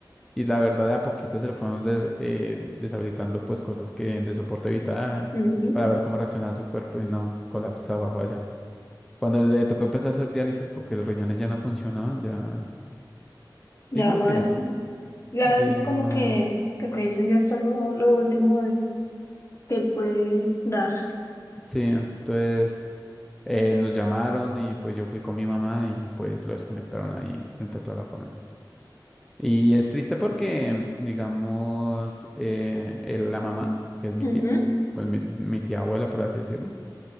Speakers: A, in the centre; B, on the left (about 35°).
A: y la verdad de a poquito se le fueron des- eh, deshabilitando pues cosas que de soporte vital
B: Ujú,
A: para ver cómo reaccionaba su cuerpo y no colapsaba, vaya. Cuando le tocó empezar a hacer diálisis porque los riñones ya no funcionaban, ya
B: Ya
A: digamos
B: no
A: que
B: es,
A: ya, no.
B: ya
A: digamos,
B: es como que, que te dicen ya está lo, lo último de- que él puede dar.
A: sí, entonces eh, nos llamaron y pues yo fui con mi mamá y pues lo desconectaron ahí frente a toda la familia. Y es triste porque, digamos, eh, el- la mamá, que es mi
B: Ujú,
A: tía, pues mi, mi tía abuela, por así decirlo,